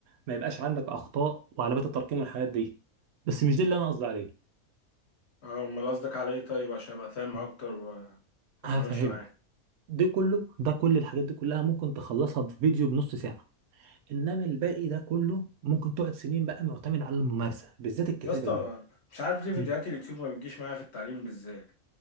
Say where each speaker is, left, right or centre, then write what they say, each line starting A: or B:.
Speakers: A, on the right; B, on the left.
A: ما يبقاش عندك اخطاء وعلامات الترقيم والحاجات دي بس مش ده اللي انا قصدي عليه
B: اه امال قصدك على ايه طيب عشان ابقى فاهم اكتر و- وابقى
A: هفهمك
B: ماشي معاك
A: ده كله ده كل الحاجات دي كلها ممكن تخلصها في فيديو بنص ساعه انما الباقي ده كله ممكن تقعد سنين بقى معتمد على الممارسه بالذات الكتابه
B: يا اسطى
A: دي
B: مش عارف ليه فيديوهات
A: م.
B: اليوتيوب ما بتجيش معايا في التعليم بالذات